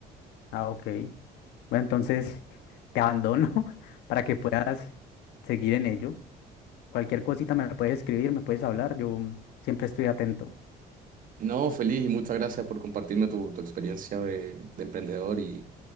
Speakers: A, on the left; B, on the right.
A: ah, ok. Bueno, entonces <laughs> te abandono <laughs> para que puedas seguir en ello. Cualquier cosita me puedes escribir, me puedes hablar, yo siempre estoy atento.
B: No, feliz y muchas gracias por compartirme tu, tu experiencia de, de emprendedor y,